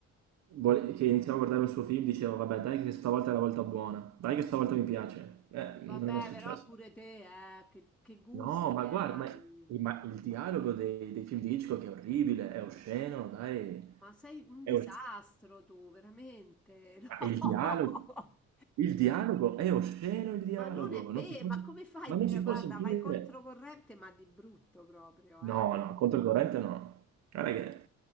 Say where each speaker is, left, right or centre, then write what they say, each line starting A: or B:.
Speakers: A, on the right; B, in the centre.
A: vole- che iniziavo a guardare un suo film dicevo, vabbè, dai che stavolta è la volta buona, dai che stavolta mi piace. Eh,
B: Vabbè,
A: non è mai successo.
B: però pure te, eh, che, che gusti
A: No, ma
B: che
A: guarda,
B: hai.
A: ma, ma il dialogo dei, dei film di Hitchcock è orribile, è osceno, dai.
B: Ma sei un
A: È
B: disastro
A: osceno.
B: tu, veramente. <laughs>
A: Ma il dialogo,
B: No.
A: il dialogo è osceno il dialogo,
B: Ma non è vero,
A: non si può,
B: ma come fai
A: ma
B: a dire,
A: non si
B: guarda,
A: può sentire.
B: vai controcorrente, ma di brutto proprio,
A: No,
B: eh?
A: no, contro il corrente no. Guarda che